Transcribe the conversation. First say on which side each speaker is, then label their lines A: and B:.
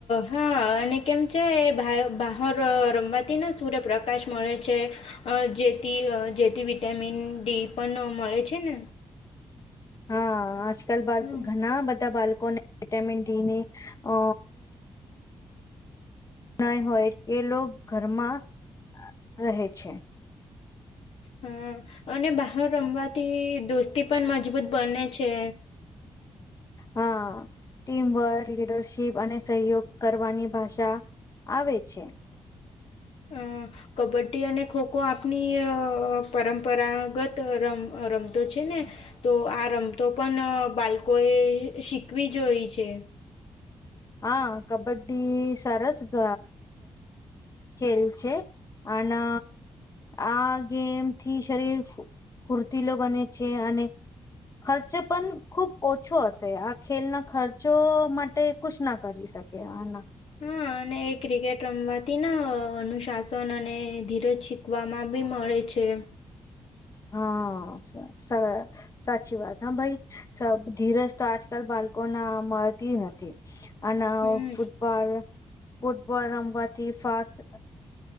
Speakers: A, on the left (about 70°); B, on the left (about 35°).
A: હા, અને કેમ છે? બહાર રમવાથી ને સૂર્યપ્રકાશ મળે છે. અ જેથી-જેથી વિટામિન ડી પણ મળે છે ને.
B: હા, આજકાલ બા
A: હમ
B: ઘણા બધા બાળકોને વિટામિન ડી ની અ. ન હોય એ લોકો ઘરમાં રહે છે.
A: હા, અને બહાર રમવાથી દોસ્તી પણ મજબૂત બને છે.
B: હા, ટીમવર્ક, લીડરશીપ અને સહયોગ કરવાની ભાષા. આવે છે.
A: અ. કબડ્ડી અને ખોખો આપની પરંપરાગત રમ રમતો છે ને. તો આ રમતો પણ બાળકોએ શીખવી જોય છે.
B: હા કબડ્ડી સરસ ગ. ખેલ છે અને. આ ગેમ થી શરીર ફૂર્તીલો બને છે અને. ખર્ચે પણ ખૂબ ઓછો હશે આ ખેલના ખર્ચો માટે. કછ ના કરી શકે હેના.
A: હા અને. એ ક્રિકેટ રમવાથી અનુશાસન અને ધીરજ શીખવામાં બી મળે છે.
B: હા સ. સાચી વાત હા ભાઈ ધીરજ તો આજકાલ બાળકો ના મળતી નથી. અને
A: હમ.
B: ફૂટબોલ ફૂટબોલ રમવાથી ફાસ્ટ.